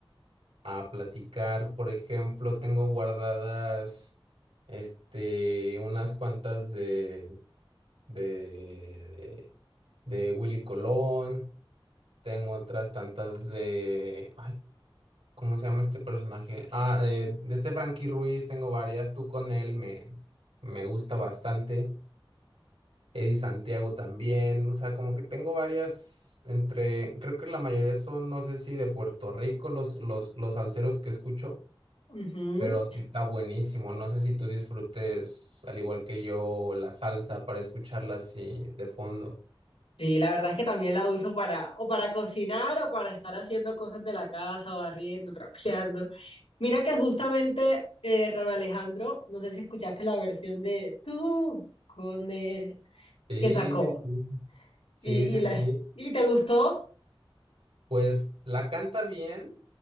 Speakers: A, on the right; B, on the left.
A: a platicar? Por ejemplo, tengo guardadas este, unas cuantas de, de de Willy Colón. Tengo otras tantas de... Ay, ¿cómo se llama este personaje? Ah, de, de este Frankie Ruiz tengo varias. Tú con él me, me gusta bastante. Eddie Santiago también. O sea, como que tengo varias entre... Creo que la mayoría son, no sé si de Puerto Rico, los, los, los salseros que escucho.
B: Ujú.
A: Pero sí está buenísimo. No sé si tú disfrutes, al igual que yo, la salsa para escucharla así de fondo.
B: Sí, la verdad es que también la uso para, o para cocinar, o para estar haciendo cosas de la casa, barriendo, trapeando. Mira que justamente eh, Raúl Alejandro, no sé si escuchaste la versión de tú con él,
A: Sí,
B: que sacó.
A: sí, sí. Sí,
B: Y,
A: sí,
B: y, la,
A: sí.
B: ¿y te gustó?
A: Pues la canta bien.